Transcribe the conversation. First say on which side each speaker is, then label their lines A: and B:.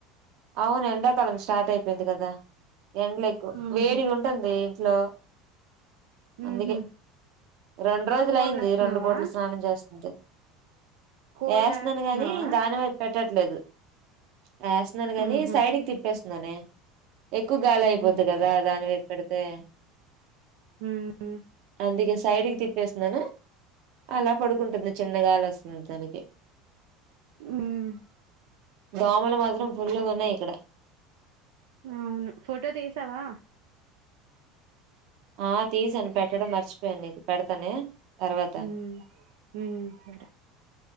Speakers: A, on the right (about 60°); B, on the right (about 80°).
A: అవును ఎండాకాలం స్టార్ట్ అయిపోయింది కదా ఎండలుఎక్కువ
B: ఉహు
A: వేడిగా ఉంటుంది ఇంట్లో అందుకే
B: ఉహు
A: రెండు రోజులు
B: కోల్
A: అయింది
B: రాస్తున్నావా
A: రెండు పూటలు స్నానం చేస్తుంది
B: కోల్
A: వేస్తున్నాను
B: రాస్తున్నావా
A: గాని దానివైపు పెట్టట్లేదు వేస్తున్నాను గాని
B: ఉహు
A: సైడ్కి తిప్పేస్తున్నానే ఎక్కువ గాలి అయిపోద్ది
B: ఉహు
A: కదా దాని వైపు పెడితే
B: మ్మ్ హ్
A: అందుకే సైడ్ కి తిప్పేస్తున్నాను అలా పడుకుంటుంది చల్లగాలి వస్తుంది తనకి
B: మ్మ్ హ్హ్
A: దోమలు మాత్రం పుళ్లుగున్నాయి ఇక్కడ
B: అవును ఫోటో తీసావా
A: ఆ తీసాను పెట్టడం మర్చిపోయాను నీకు పెడతానే తర్వాత
B: మ్మ్ మ్మ్ హ్